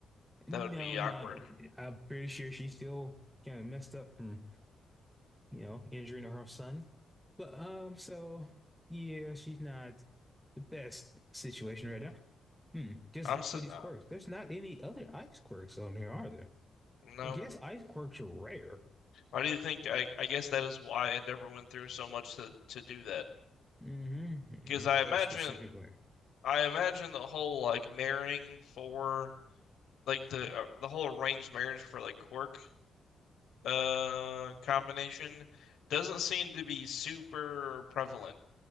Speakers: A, in the centre; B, on the left.
A: No,
B: That would be
A: no,
B: awkward.
A: no. I'm pretty sure she's still kind of messed up from you know, injuring her son. But um, so yeah, she's not the best situation right now. Hmm. Just
B: I'm
A: look
B: s
A: through
B: uh,
A: these quirks. There's not any other ice quirks on here, are there?
B: no.
A: I guess ice quirks are rare.
B: Why do you think? I I guess that is why Endeavor went through so much to to do that.
A: Mm-hmm.
B: Because
A: With
B: I
A: her
B: imagine
A: specifically.
B: I imagine the whole like marrying for like the uh, the whole arranged marriage for like quirk uh combination doesn't seem to be super prevalent.